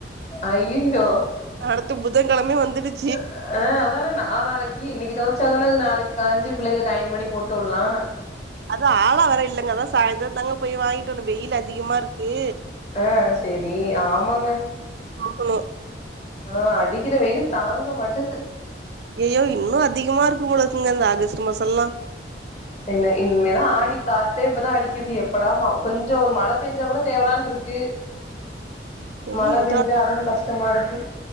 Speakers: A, on the left (about 40°); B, on the right (about 65°).
A: ஐய்யய்யோ
B: அடுத்து புதன்கெழமையு வந்துருச்
A: ஆ அத் அதானே நா நாளைக்கி இன்னைக்கு தொவச்சாதான அது நாளைக்கு காஞ்சு புள்ளைங்களுக்கு ஐயன் பண்ணி போட்டு வுட்லா
B: அதுவு ஆலா வேற இல்லைங்க அதா சாய்ந்தரந் தாங்க போய் வாங்கிட்டு வரனு வெயில் அதிகமா இருக்கு
A: ஆ செரி ஆமாங்க
B: பாக்கணு
A: ஆ அடிக்கிற வெயிலுக் தாங்க மாட்டுது
B: ஐயையோ இன்னு அதிகமா இருக்கு போலருக்குங்க இந்த ஆகஸ்ட் மாசல்லா
A: என்ன இன்மேதா ஆடி காத்தே இப்பதா அடிக்குது எப்படா மா கொஞ்சோ ஒரு மழ பெஞ்சா கூட தேவலான்ட்ருக்கு
B: எங்க
A: மழ
B: இந்த
A: பெஞ்சா அதுவு கஷ்டமா இருக்கு